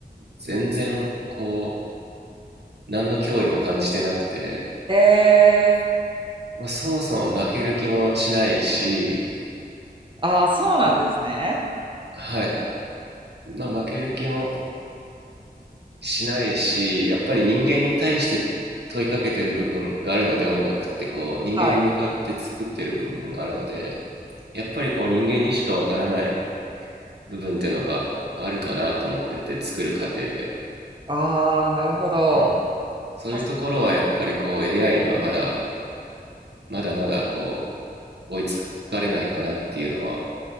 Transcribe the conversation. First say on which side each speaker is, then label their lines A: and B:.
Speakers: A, on the right; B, on the right.
A: 全然、こう、何の脅威も感じてなくて、
B: え
A: まあ、そもそも負ける気もしないし、
B: ー、ああ、そうなんですね。
A: あ、はい。まあ、負ける気もしないし、やっぱり人間に対して問いかけてる部分があるので、音楽ってこう、人間に向かって作ってる部分があるので、
B: はい。
A: やっぱりこう、人間にしかわからない部分ってのがあるかなと思ってて、作る過程で。
B: ああ、なるほど。
A: うん。そういうところはやっぱりこう、
B: 確か
A: AI にはまだ、まだまだこ追いつかれないかなっていうのは